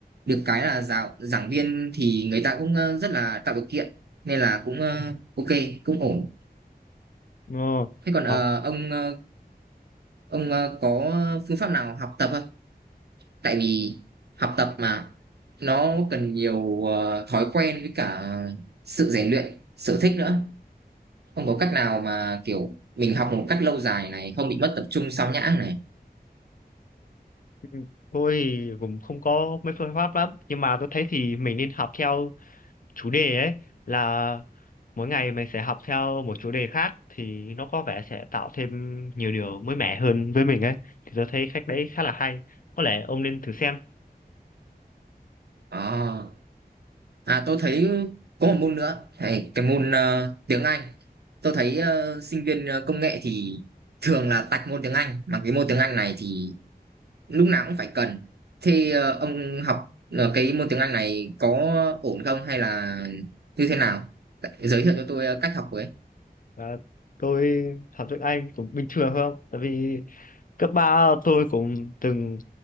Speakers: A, on the right; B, on the left.
A: được cái là giáo giảng viên thì người ta cũng ờ, rất là tạo điều kiện nên là cũng ờ, ok cũng ổn
B: ờ,
A: thế còn
B: học
A: ờ, ông ờ, ông ờ, có phương pháp nào học tập không tại vì học tập mà nó cần nhiều ờ, thói quen với cả sự rèn luyện sở thích nữa không có cách nào mà kiểu mình học một cách lâu dài này không bị mất tập trung sao nhãng này
B: Ừ, Tôi thì cũng không có mấy phương pháp lắm nhưng mà tôi thấy thì mình nên học theo chủ đề ấy là mỗi ngày mình sẽ học theo một chủ đề khác thì nó có vẻ sẽ tạo thêm nhiều điều mới mẻ hơn với mình ấy thì tôi thấy cách đấy khá là hay có lẽ ông nên thử xem
A: Ờ. à tôi thấy có một môn nữa thầy cái môn ờ, tiếng Anh tôi thấy ờ, sinh viên ờ, công nghệ thì thường là tạch môn tiếng Anh mà cái môn tiếng Anh này thì lúc nào cũng phải cần. Thì ờ, ông học ờ, cái môn tiếng Anh này có ổn không hay là như thế nào? Giới thiệu cho tôi ờ, cách học với.
B: Ờ, tôi học tiếng Anh cũng bình thường thôi không? Tại vì cấp 3 tôi cũng từng